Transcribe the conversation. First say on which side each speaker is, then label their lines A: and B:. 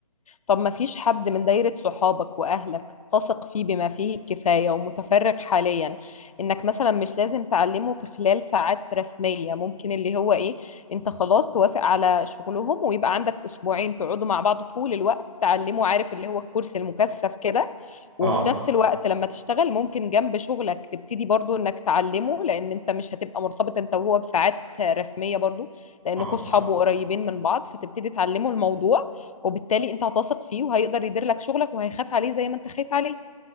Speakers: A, on the left (about 65°); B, on the right (about 70°).
A: طب ما فيش حد من دايرة صحابك وأهلك تثق فيه بما فيه الكفاية ومتفرغ حاليا إنك مثلا مش لازم تعلمه في خلال ساعات رسمية ممكن اللي هو إيه أنت خلاص توافق على شغلهم ويبقى عندك أسبوعين تقعدوا مع بعض طول الوقت تعلمه عارف اللي هو الكورس المكثف كده وفي
B: اه
A: نفس الوقت لما تشتغل ممكن جنب شغلك تبتدي برضو انك تعلمه لان انت مش هتبقى مرتبط انت وهو بساعات رسمية برضو لانكوا
B: اه صح
A: صحاب وقريبين من بعض فتبتدي تعلمه الموضوع وبالتالي انت هتثق فيه وهيقدر يدير لك شغلك وهيخاف عليه زي ما انت خايف عليه